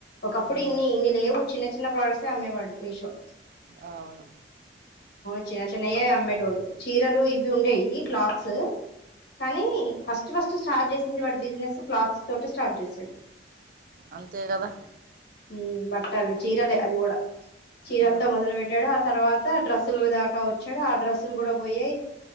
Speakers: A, on the left; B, on the right.
A: ఒకప్పుడు
B: ఉమ్,
A: ఇన్ని ఇన్ని లేవు చిన్న చిన్న ప్రోడక్ట్స్ అమ్మేవాడు మీషో
B: అవును
A: చిన్న చిన్నయే అమ్మేటోడు చీరలు ఇవి ఉండేవి క్లాత్స్ కానీ ఫస్ట్ ఫస్ట్ స్టార్ట్ చేసింది వాడు బిజినెస్ క్లాక్స్ తోట స్టార్ట్ చేసాడు
B: అంతే కదా
A: మ్మ్ బట్టల్ చీరదే అది కూడా చీరలతో
B: ఆ,
A: మొదలు పెట్టడు ఆ తర్వాత డ్రస్సులు దాకా వచ్చడు ఆ డ్రస్సులు కూడా పోయాయి